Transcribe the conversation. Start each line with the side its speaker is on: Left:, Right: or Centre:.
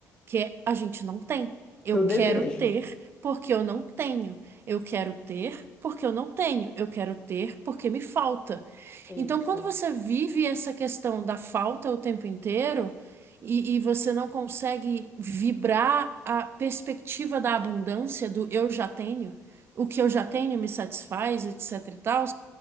Right: que é a gente não tem. Eu
Left: do desejo.
Right: quero ter porque eu não tenho. Eu quero ter porque eu não tenho. Eu quero ter porque me falta.
Left: Isso.
Right: Então, quando você vive essa questão da falta o tempo inteiro e, e você não consegue vibrar a perspectiva da abundância, do eu já tenho, o que eu já tenho me satisfaz, etc e tal,